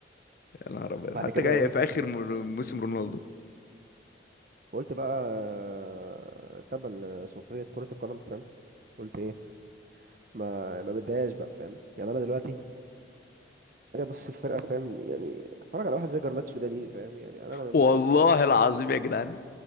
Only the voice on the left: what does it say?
يا نهار ابيض
حتى
جاي
في اخر مر- موسم رونالدو
والله
العظيم يا جدعان